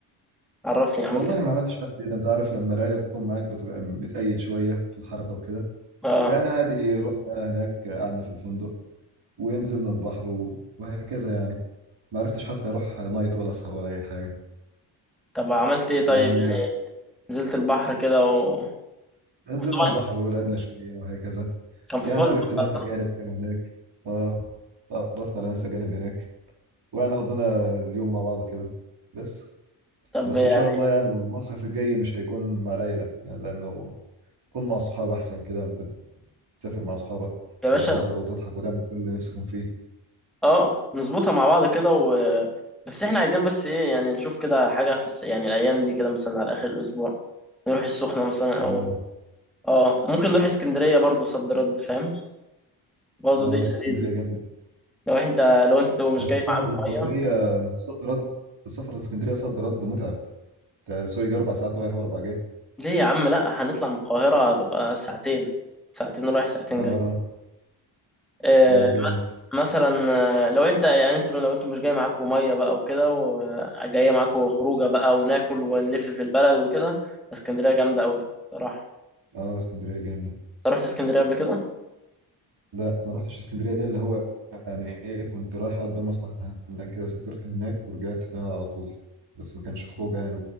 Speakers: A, in the centre; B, on the right.
A: فعرفني عملت
B: والله
A: ايه
B: ما عملتش حاجه جديده انت عارف لما العيله بتكون معاك بتبقى متقيد شويه في الحركه وكده
A: اه
B: فانا عادي رحنا هناك قعدنا في الفندق ونزلنا البحر و- وهكذا يعني ما عرفتش حتى اروح نايت ولا اسهر ولا اي حاجه
A: طب عملت ايه طيب
B: فال-
A: يعني نزلت البحر كده و...
B: نزلنا
A: وطبعا
B: البحر ولعبنا شويه وهكذا
A: كان في
B: يعني
A: فندق
B: عرفت ناس
A: بقى صح
B: أجانب كانوا هناك اه تعرفت على ناس أجانب هناك ويعني قضينا اليوم مع بعض كده بس
A: طب
B: بس
A: يعني
B: إن شاء الله يعني المصيف الجاي مش هيكون مع العيلة يعني لأنه تكون مع أصحاب أحسن كده أنت بتسافر مع أصحابك
A: يا باشا
B: تهزر وتضحك وتعمل كل اللي نفسكم فيه
A: اه نظبطها مع بعض كده و... بس احنا عايزين بس ايه يعني نشوف كده حاجة في الس... يعني الايام دي كده مثلا على اخر الاسبوع نروح السخنة مثلا
B: اه
A: او اه ممكن نروح اسكندرية برضو صد رد فاهم برضو
B: اه
A: دي لذيذة
B: اسكندرية جامدة
A: لو انت لو انت مش
B: بس
A: جاي
B: السفر
A: معاك
B: لاسكندرية
A: مية
B: صد رد السفر لاسكندرية صد رد متعب تسوق أربع ساعات رايح وأربع جاي
A: ليه يا عم لا هنطلع من القاهرة هتبقى ساعتين ساعتين رايح ساعتين
B: اه
A: جاي آه،
B: اه جامد
A: مثلا آه، لو انت يعني انتوا لو انتوا مش جاي معاكم ميه بقى وكده وجايه معاكم خروجه بقى وناكل ونلف في البلد وكده اسكندريه جامده قوي صراحه
B: اه اسكندرية جامدة
A: انت رحت اسكندريه قبل كده
B: لا ما رحتش اسكندرية دي اللي هو يعني ايه كنت رايح اقضي مصلحة هناك كده سافرت هناك ورجعت تاني على طول بس ما كانش خروج يعني